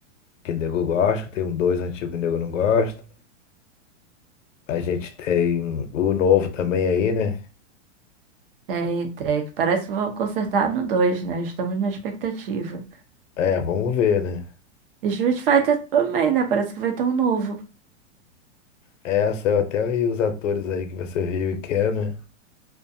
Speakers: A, on the left (about 85°); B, on the right (about 50°).
A: que o nego gosta, tem um dois antigo que o nego não gosta. A gente tem o novo também aí, né?
B: É, em Tekken, parece que vão consertar no 2 né? Estamos na expectativa.
A: É, vamos ver, né?
B: E Street Fighter também, né? Parece que vai ter um novo.
A: É, saiu até aí os atores aí que vai ser o Ryu e Ken, né?